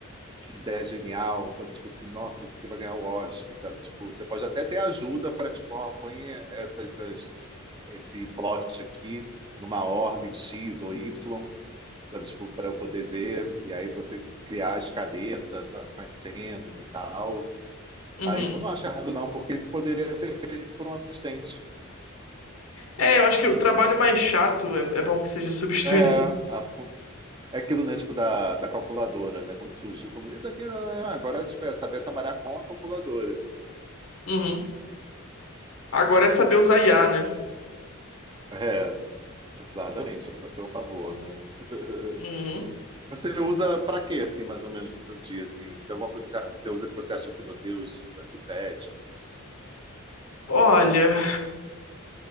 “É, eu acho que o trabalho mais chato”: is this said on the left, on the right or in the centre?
Left